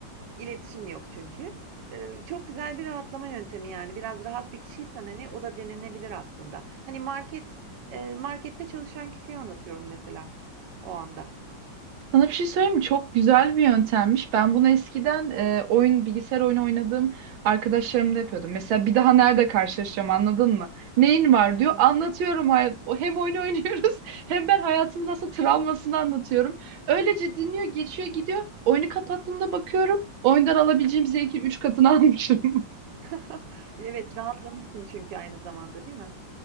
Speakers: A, on the right (about 65°); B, on the right (about 85°).
A: İletişim yok çünkü. Ee, çok güzel bir rahatlama yöntemi yani. Biraz rahat bir kişiysen hani o da denenebilir aslında. Hani market e, markette çalışan kişiyi anlatıyorum mesela o anda.
B: Sana bir şey söyleyeyim mi? Çok güzel bir yöntemmiş. Ben bunu eskiden e, oyun bilgisayar oyunu oynadığım arkadaşlarımda yapıyordum. Mesela bir daha nerede karşılaşacağım anladın mı? Neyin var
A: Hı
B: diyor.
A: hı.
B: Anlatıyorum. hay- o- Hem oyunu <laughs> oynuyoruz hem ben hayatımın nasıl travmasını anlatıyorum. Öylece dinliyor, geçiyor, gidiyor. Oyunu kapattığımda bakıyorum. Oyundan alabileceğim zevkin 3 katını <laughs> almışım.
A: <laughs> Evet, rahatlamışsın çünkü aynı zamanda değil mi?